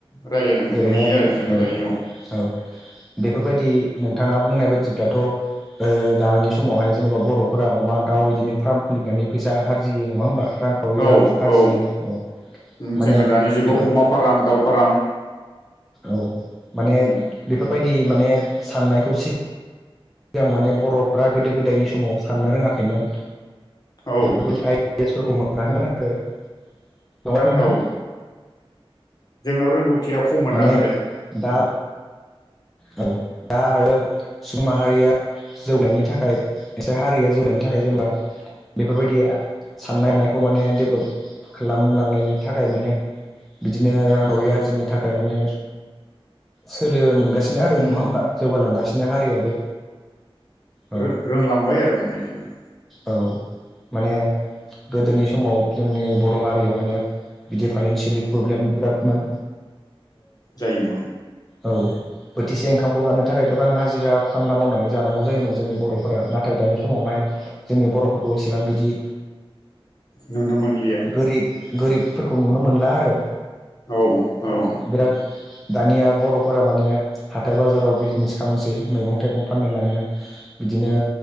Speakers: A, on the left; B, in the centre.
A: रायलायनांगोन
B: जेरैहाय
A: नुयो आरो जोङो
B: औ
A: दायो
B: औ बेफोरबायदि नोंथाङा बुंनाय बायदिब्लाथ ओ दानि समावहाय जेनेबा बर फोर अमा दाउ बिदिनो फार्म खुलिनानै फैसा आरजियो नङा होमबा रांखावरियाबो
A: औ
B: आरजियो
A: औ उम
B: माने
A: जोङो दानि जुगाव
B: बेफोर
A: अमा फार्म दाउ फार्म
B: औ माने
A: उम
B: बेफोरबायदि माने साननायखौ सिग मोजां माने बरफ्रा गोदो गोदायनि समाव साननो रोङाखैमोन
A: औ
B: बेफोरबायदि आइडियासफोरखौ मोनाखैमोन आरो नंगौना नोंथां
A: औ जोंनाव रोंगौथिया खम मोनना
B: माने
A: गोदो
B: दा औ दा आरो सुबुं माहारिया जौनायनि थाखाय एसे हारिया जौनायनि थाखाय जेब्ला बेफोरबायदिया साननाय हनायखौ माने डेभलप खालामलांनायनि थाखाय माने बिदिनो रांखावरि आरजिनो थाखाय माने सोलो मोनगोन सिनो आरो
A: उम
B: नङा होमबा जौगालांगासिनो हारियाबो औ
A: रों रोंलांबाय आरो माने जों दा
B: औ माने गोदोनि
A: उम
B: समाव जोंनि बर हारिया माने बिदि फाइनसियेलि प्रब्लेम बिरादमोन
A: जायोमोन
B: औ बोथिसे ओंखामखौ जानो थाखाय गोबां हाजिरा खामला मावनानै जानांगौ जायोमोन जोंनि बरफोरा नाथाय दानि समावहाय जोंनि बरफोरखौ इसेबां बिदि
A: नुनो मोनलिया
B: गोरिब गोरिबफोरखौ नुनो मोनला आरो
A: औ औ
B: बिराद दानिया बरफोरा माने हाथाय बाजाराव बिजनेस खालामनोसै मैगं थाइगं फाननो लाङो बिदिनो